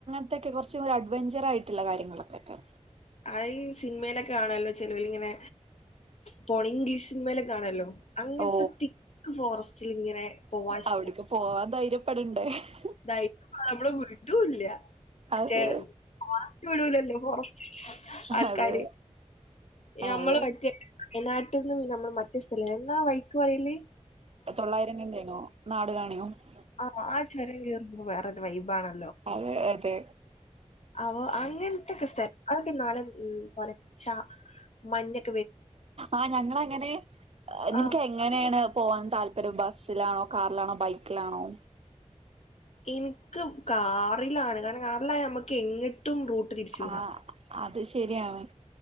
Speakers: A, on the right (about 55°); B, on the left (about 65°).
A: അടുത്തേക്ക് കുറച്ചുടേ അടുത്തേ അഡ്വെഞ്ചറായിട്ടുള്ള കാര്യങ്ങളൊക്കെട്ടോ
B: അയ് സിനിമയിലൊക്കെയാണല്ലോ ചെലോല് ഇങ്ങനെ പോണ ഇംഗ്ലീഷ് സിനിമയിലെ കാണുവല്ലോ അങ്ങനത്തെ
A: ഓ
B: തിക്ക് ഫോറസ്റ്റിൽ ഇങ്ങനെ പോവാൻ ഇഷ്ടാ
A: അവിടക്ക് പോവാൻ <unintelligible>
B: <unintelligible> നമ്മള് <unintelligible> മറ്റേ
A: അത്
B: ഫോറസ്റ്റ് വിടൂലല്ലോ ഫോറസ്റ്റ് ആൾക്കാര്
A: അതെ അതെ
B: നമ്മള് മറ്റേ നാട്ട്ന്നും നമ്മള് മറ്റേ സ്ഥലംലേ എന്നാ വൈയ്ക്ക് പറയല്
A: തൊള്ളായിരം <unintelligible> <unintelligible>
B: ആ ആ <unintelligible> വേറൊരു വൈബ് ആണ്
A: അതെ അതെ
B: ആ അങ്ങനത്തെക്കെ സ്ഥലം അതൊക്കെ നാളെ <unintelligible> ഷാ മഞ്ഞ്-
A: ആ ഞങ്ങളങ്ങനെ നിൻക്ക്
B: ആഹ്
A: എങ്ങനേണ് പോവാൻ താല്പര്യം ബസ്- ബസ്സിലാണോ കാറിലാണോ ബൈക്കിലാണോ
B: എനിക്ക് കാറിലാണ് കാരണം കാറിലായ നമ്മെക്കെ എങ്ങട്ടും റൂട്ട് തിരിച്ചു വിടാം
A: ആ അത് ശരി - ശരിയാവാൻ